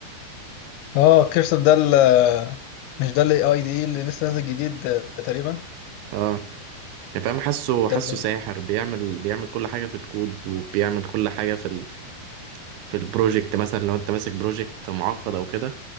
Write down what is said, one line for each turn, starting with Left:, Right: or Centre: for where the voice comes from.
Left: اه كيرسر ده ال- مش ده الاي اي دي اللي لسه نازل جديد آه، تقريبا
Right: آه يعني فاهم حاسه
Left: ده
Right: حاسه
Left: اللي
Right: ساحر بيعمل بيعمل كل حاجة في الكود وبيعمل كل حاجة في ال في البروجكت مثلا لو أنت ماسك بروجكت معقد أو كده